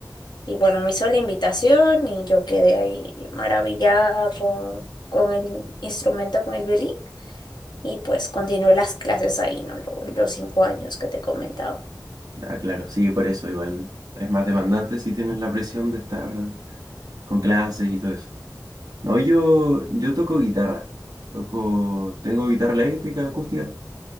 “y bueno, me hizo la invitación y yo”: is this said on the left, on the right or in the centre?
Left